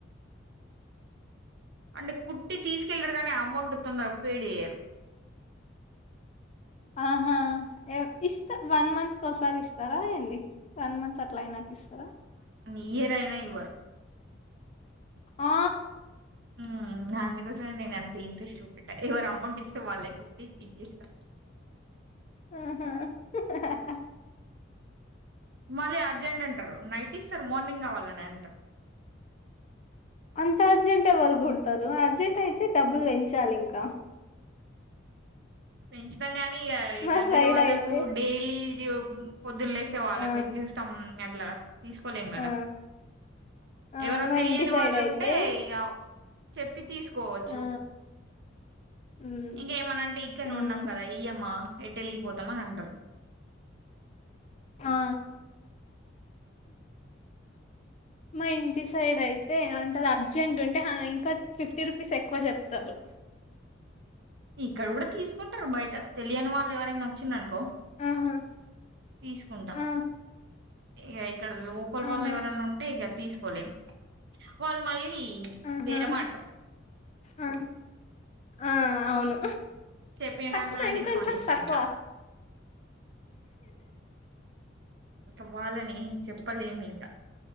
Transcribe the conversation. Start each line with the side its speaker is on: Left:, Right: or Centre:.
Right: అంటే కుట్టి తీసుకెళ్లరు కానీ అమౌంట్ తొందరగా పేడ్ చెయ్యరు
Left: ఆహా ఏవ్ ఇస్త్ వన్ మంత్ క్ కోసారిస్ స్తారా ఏంది వన్ మంత్ అట్లా అయినాకిస్తారా
Right: ఇయ్యరైనా ఇవ్వరు
Left: ఆ
Right: మ్మ్ అందుకోసమే నేను అంత ఇంట్రెస్ట్ చూపెట్టా ఎవరు అమౌంట్ ఇస్తే వాళ్ళయి కుట్టి ఇచ్చేస్తా
Left: ఆహా
Right: మళ్ళీ అర్జెంట్ అంటారు నైట్ ఇస్తారు మార్నింగ్ కావాలని అంటారు
Left: అంత అర్జెంట్ ఎవరు కుడతారు అర్జెంట్ అయితే డబ్బులు పెంచాలింక
Right: పెంచుతాం గానీ ఇగ
Left: మా
Right: దగ్గరి
Left: సైడ్
Right: వాళ్ళకు
Left: అయితే
Right: డైలీ <unintelligible> పొద్దున్న లేస్తే వాళ్ళ
Left: ఆ
Right: ఫేస్ చూస్తాం అట్లా తీసుకోలేం కదా
Left: ఆ ఆ
Right: ఎవరో
Left: మా
Right: తెలియని
Left: ఇంటి సైడ్
Right: వాళ్ళుంటే
Left: అయితే
Right: ఇగ చెప్ ప్పి తీసుకోవచ్చు
Left: ఆ హ్మ్
Right: ఇంకా ఏమనా అంటే ఇక్కడనే
Left: హ్మ్
Right: ఉన్నాం కదా ఈయమ్మా ఎటెళ్ళిపోతాం అనంటారు
Left: ఆ మా ఇంటి సైడ్ అయితే ఏమంటారు అర్జెంట్ ఉంటే ఇంకా ఫిఫ్టీ రూపీస్ ఎక్కువ చెప్తారు
Right: ఇక్కడ కూడా తీసుకుంటారు బయట తెలియని వాళ్ళు ఎవరైనా వచ్చిండనుకో
Left: ఆహా!
Right: తీసుకుంటాం
Left: ఆ!
Right: ఇగ ఇక్కడ లోకల్
Left: ఆహా!
Right: వాళ్ళెవరన్నా ఉంటే ఇగ తీసుకోలేం వాళ్ళు మళ్ళీ
Left: ఆహా!
Right: బేరం ఆడతారు
Left: ఆ! ఆ అవును
Right: చెప్పిన
Left: తక్కువ
Right: దాంట్లో
Left: ఇంకొంచెం
Right: డిస్కౌంట్ చేస్తారింకా
Left: తక్కువ
Right: <inaudible> వాళ్ళని ఏం చెప్పలేమింక